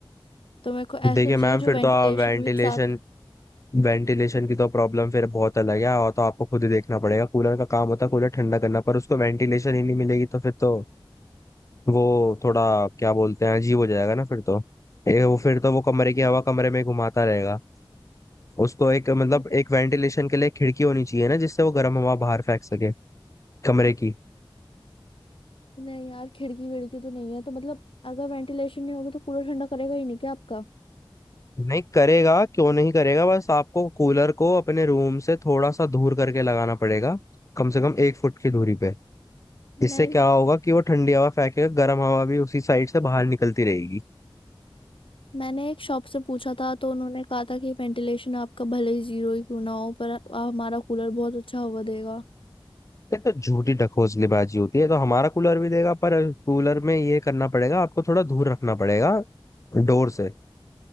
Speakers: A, on the left; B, on the left.
A: तो मेरे को ऐसा
B: देखिए
A: चाहिए
B: मैम
A: जो
B: फिर
A: वेंटिलेशन
B: तो आप वेंटिलेशन
A: भी साथ
B: वेंटिलेशन की तो प्रॉब्लम फिर बहुत अलग है और तो आपको खुद ही देखना पड़ेगा कूलर का काम होता है कूलर ठंडा करना पर उसको वेंटिलेशन ही नहीं मिलेगी तो फिर तो वो थोड़ा क्या बोलते हैं अजीब हो जाएगा ना फिर तो ये वो फिर तो वो कमरे की
A: मतलब,
B: हवा कमरे में घुमाता रहेगा उसको एक मतलब
A: अच्छा
B: एक वेंटिलेशन के लिए खिड़की होनी चाहिए ना जिससे वो गर्म हवा बाहर फेंक सके कमरे की
A: नहीं यार खिड़की विड़की तो नहीं है तो मतलब अगर वेंटिलेशन नहीं होगी तो कूलर ठंडा करेगा ही नहीं क्या आपका
B: नहीं करेगा क्यों नहीं करेगा बस आपको कूलर को अपने रूम से थोड़ा सा दूर करके लगाना पड़ेगा कम से कम एक फुट की दूरी पे इससे
A: नहीं
B: क्या होगा कि वो ठंडी हवा फेंकेगा गर्म हवा भी उसी साइड से बाहर निकलती रहेगी
A: मैंने एक शॉप से पूछा था तो उन्होंने कहा था कि वेंटिलेशन आपका भले ही जीरो ही क्यों ना हो पर आ- हमारा कूलर बहुत अच्छा हवा देगा
B: ये तो झूठी ढकोसलेबाजी होती है तो हमारा कूलर भी देगा पर कूलर में ये करना पड़ेगा आपको थोड़ा दूर रखना पड़ेगा डोर से